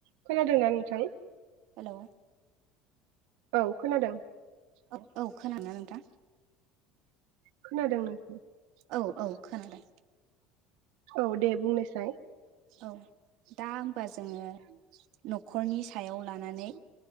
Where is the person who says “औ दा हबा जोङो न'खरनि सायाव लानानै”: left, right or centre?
Right